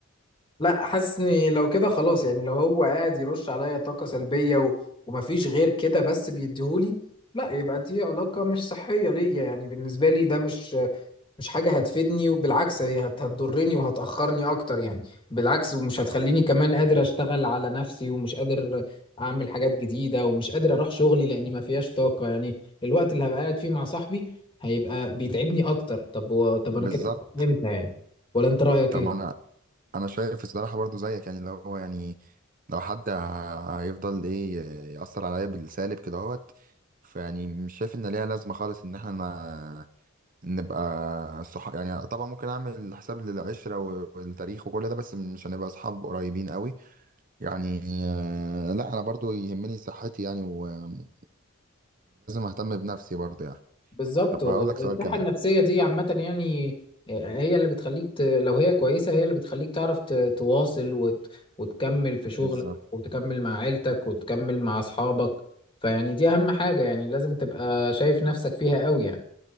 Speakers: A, on the left (about 25°); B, on the right (about 40°).
A: لا حاسس اني لو كده خلاص يعني لو هو قاعد يرش عليا طاقة سلبية و... ومفيش غير كده بس بيديهولي لا يبقى دي علاقة مش صحية ليا يعني بالنسبة لي ده مش مش حاجة هتفيدني وبالعكس هي هت- هتضرني وهتأخرني أكتر يعني بالعكس ومش هتخليني كمان قادر أشتغل على نفسي ومش قادر أعمل حاجات جديدة ومش قادر أروح شغلي لأني ما فيهاش طاقة يعني الوقت اللي هبقى قاعد فيه مع صاحبي هيبقى بيتعبني أكتر طب و... طب أنا
B: بالظبط
A: كده فهمت يعني ولا أنت رأيك
B: طبعا
A: إيه؟
B: انا شايف الصراحه برضو زيك يعني اللي هو يعني لو حد ه- هيفضل ايه يأثر عليا بالسالب كده اهوت فيعني مش شايف ان ليها لازمه خالص ان احنا ن- نبقى صح يعني طبعا ممكن اعمل حساب للعشره و- والتاريخ وكل ده بس مش هنبقى اصحاب قريبين قوي يعني آه، لا انا برضو يهمني صحتي يعني ولازم اهتم بنفسي برضو يعني
A: بالظبط
B: طب
A: والصحة
B: هقول لك سؤال كمان
A: النفسية دي عامة يعني آه، هي اللي بتخليك ت... لو هي كويسة هي اللي بتخليك تعرف ت... تواصل وت... وتكمل في شغلك
B: بالظبط
A: وتكمل مع عيلتك وتكمل مع أصحابك فيعني دي أهم حاجة يعني لازم تبقى شايف نفسك فيها قوي يعني